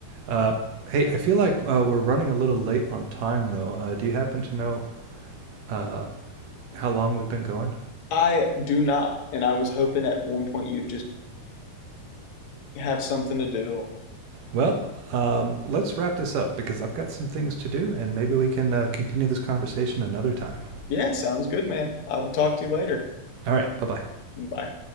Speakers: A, on the right; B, on the left.
A: Uh, hey, I feel like uh, we're running a little late on time though. Uh, do you happen to know uh, how long we've been going?
B: I do not, and I was hoping at one point you'd just have something to do.
A: Well, um, let's wrap this up because I've got some things to do, and maybe we can uh, continue this conversation another time.
B: Yeah, sounds good, man. I will talk to you later.
A: All right. Bye bye.
B: Bye.